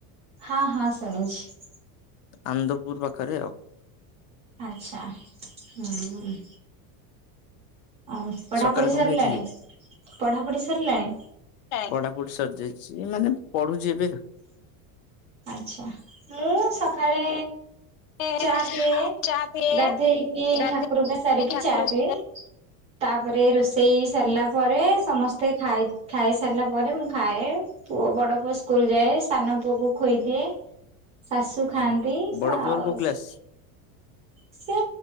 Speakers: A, on the right; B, on the left.
A: ହଁ ହଁ ଶୁଣିଛି।
B: ଆନ୍ଦପୁର ପାଖରେ ଆଉ।
A: ଆଚ୍ଛା, ହୁଁ। ଆଉ ପଢାପଢି
B: ସକାଳେ କଣ
A: ସରିଲାଣି,
B: ଖାଇଥିଲି
A: ପଢା ପଢି ସରିଲାଣି?
B: ପଢାପଢି ସରିଯାଇଛି ଏ ମାନେ ପଢୁଚି ଏବେ।
A: ଆଚ୍ଛା ମୁଁ ସଖାଳେ
B: ଏ
A: ଚା ପିଏ,
B: ଚା ପିଏ
A: ଗାଧେଇକି
B: ଗାଧେ
A: ଠାକୁର ପୂଜା ସାରିକି
B: ଠାକୁର
A: ଚା ପିଏ।
B: ପୂଜା
A: ତାପରେ ରୋଷେଇ ସରିଲା ପରେ ସମସ୍ତେ ଖାଇ ଖାଇସାରିଲା ପରେ ମୁଁ ଖାଏ। ପୁଅ, ବଡ ପୁଅ ସ୍କୁଲ୍ ଯାଏ। ସାନ ପୁଅ କୁ ଖୋଇଦିଏ। ଶାଶୁ ଖାଆନ୍ତି।
B: ଆଜ୍ଞା
A: ଶାଶ
B: ବଡ ପୁଅର କୋଉ କ୍ଲାସ
A: ସେ